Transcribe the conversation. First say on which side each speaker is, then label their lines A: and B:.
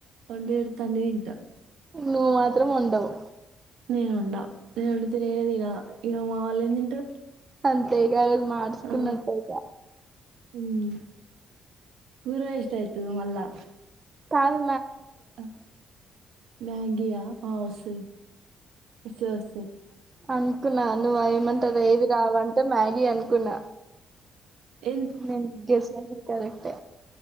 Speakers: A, on the right; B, on the right.
A: వండి పేడుతే అన్నీ తింటా
B: ను మాత్రం ఉండవు
A: నేను ఉండ నేను ఉండితే నేనే తినా ఇక మా వాళ్ళు ఏం తింటారు
B: అంతే ఇగ ఆ రోజు మార్చుకున్నట్టే
A: ఆ
B: ఇగ
A: ఉమ్ గుర ఎష్టాయితు మల్ళా
B: కాల్
A: అ మ్యాగీ ఆ వస్తది వస్తది వస్తది
B: అంకులా నువ్ వయమంటే ఏవి రావంటే మ్యాగీ అనుకున్న
A: ఎంత
B: మ్యాగేసిన కరెక్ట్